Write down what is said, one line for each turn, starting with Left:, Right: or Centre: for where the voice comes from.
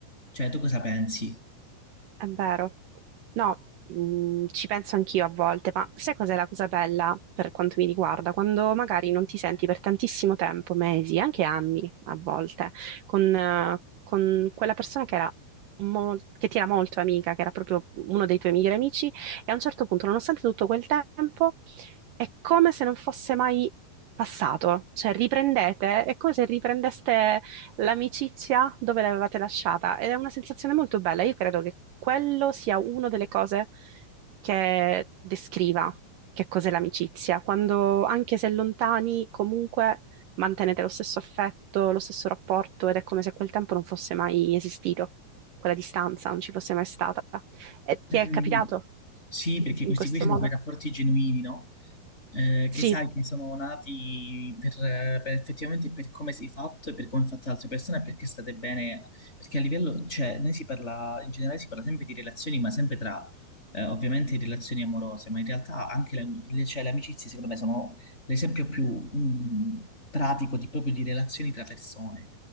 Left: Cioè, tu cosa pensi?
Right: è vero. No, mm, ci penso anch'io a volte, ma sai cos'è la cosa bella per quanto mi riguarda? Quando magari non ti senti per tantissimo tempo, mesi, anche anni a volte, con, eh, con quella persona che era mo- che ti era molto amica, che era proprio uno dei tuoi migliori amici, e a un certo punto, nonostante tutto quel tempo, è come se non fosse mai passato, cioè riprendete, è come se riprendeste l'amicizia dove l'avevate lasciata ed è una sensazione molto bella. Io credo che quello sia una delle cose che descriva che cos'è l'amicizia, quando anche se lontani comunque mantenete lo stesso affetto, lo stesso rapporto ed è come se quel tempo non fosse mai esistito, quella distanza non ci fosse mai stata. E
Left: Ehm,
Right: ti è capitato
Left: sì, perché
Right: in
Left: questi
Right: questo
Left: qui sono
Right: modo?
Left: quei rapporti genuini, no? eh,
Right: Sì,
Left: che sai che sono nati per, per effettivamente per come sei fatto e per come è fatta l'altra persona e perché state bene, perché a livello, cioè, noi si parla, in generale si parla sempre di relazioni, ma sempre tra, eh, ovviamente, relazioni amorose, ma in realtà anche le, le- cioè, le amicizie, secondo me, sono l'esempio più mm, pratico di, proprio di relazioni tra persone.